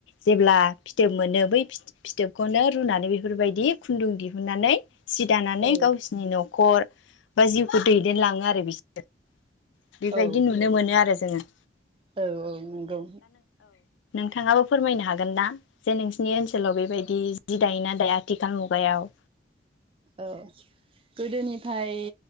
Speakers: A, on the left; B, on the right.
A: जेब्ला फिथोब मोनो बै फिथो फिथोबखौनो रुनानै बेफोरबायदि खुन्दुं दिहुननानै सि दानानै
B: औ
A: गावसिनि न' खर बा जिउखौ दैदेनलाङो आरो बिसोर। बिबायदि
B: औ
A: नुनो मोनो आरो जो जोङो।
B: औ औ नोंगौ।
A: थाङाबो फोरमायनो हागोन ना जे नोंस सिनि ओनसोलाव बेबायदि जि दायो ना दाया आथिखाल मुगायाव।
B: औ गोदोनिफाय